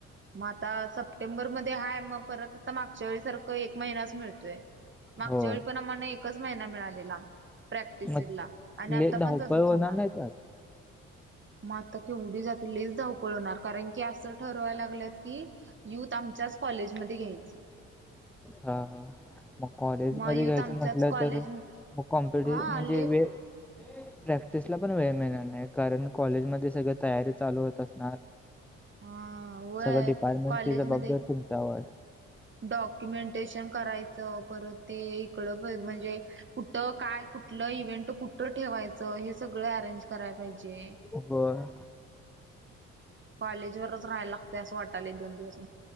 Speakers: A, on the right; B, in the centre.
A: मग आता सप टेंबर मध्ये हाय मग परत ता मागच्या वेळी सारखं एक महिनाच मिळतोय मागच्या
B: होय.
A: वेळी पण आम्हांना एकच महिना मिळालेला. प्रॅक्टिस
B: मग
A: ला आणि
B: लय
A: आता पण
B: धावपळ
A: तसच होणार
B: नाही त्यात?
A: मग आता केवढी जातील लैच धावपळ होणार कारण की असं ठर व्हायला लागल्यात की युथ आमच्याच कॉलेजमध्ये घ्यायच
B: हा हा. मग कॉलेज
A: मग
B: मध्ये
A: युथ
B: घ्यायचं
A: आमच्याच
B: म्हटलं
A: कॉलेज
B: तर मग कॉम्पिट
A: हा
B: म्हणजे
A: आले
B: वे प्रॅक्टिसला पण वेळ मिळणार नाही कारण कॉलेजमध्ये सगळी तयारी चालू होत असणार
A: अ होय
B: सगळं डिपार्टमेंटची
A: कॉलेजमध्ये
B: जबाबदारी तुमच्यावर.
A: डॉक्युमेंटेशन करायचं परत ते इकडं भेज म्हणजे कुठ काय कुठलं इव्हेंट कुठं ठेवायचं हे सगळं अरेंज करायला पाहिजे
B: हो पण.
A: कॉलेज वरच राहायला लागतय असं वाटलंय एक दोन दिवस